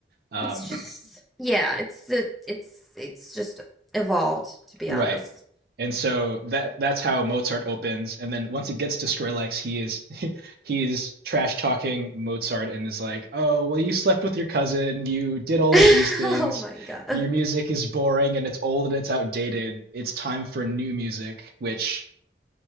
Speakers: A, on the right; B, in the centre.
A: Um,
B: It's just yeah, it's the it's it's just evolved to be
A: Right.
B: honest.
A: And so that that's how Mozart opens. And then once it gets to Skrillex, he is <laughs> he is trash talking Mozart and is like, "Oh, well, you slept with your cousin, you did
B: <laughs>
A: all
B: oh
A: of these things.
B: my God.
A: Your music is boring and it's old and it's outdated. It's time for new music," which